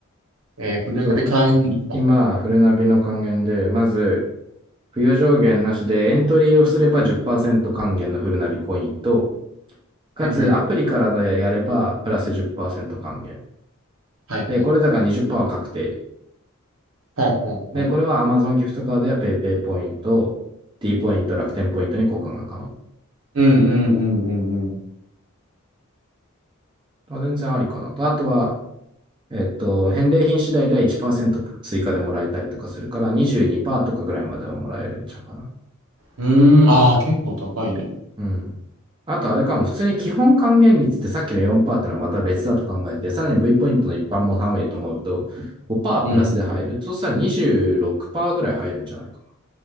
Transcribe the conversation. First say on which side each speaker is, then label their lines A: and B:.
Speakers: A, on the right; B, on the right.
A: えー、
B: そう。
A: ナビ缶切りか。
B: 今、フルナビの還元で、まず、付与上限なしでエントリーをすれば10%還元のフルナビコインと、かつアプリからでやればプラス10%
A: うん。
B: 還元。
A: はいはい。
B: で、これだから20%は確定。
A: ほんほんほん。
B: で、これは Amazon ギフトカードや PayPay ポイント、D ポイント、楽天ポイントに交換が可能。
A: うんうんうんうん
B: あ全然ありかなと。あとは、えっと、返礼品次第では1%追加でもらえたりとかするから22%とかぐらいまではもらえるんちゃうかな。
A: うん。うーん、ああ、結構高いね。
B: うん。あとあれかも、普通に基本還元率ってさっきの4%ってのはまた別だと考えて、さらに V ポイントの一般も含めると思うと5%
A: うん。
B: プラスで入る。そうしたら26%ぐらい入るんじゃないか。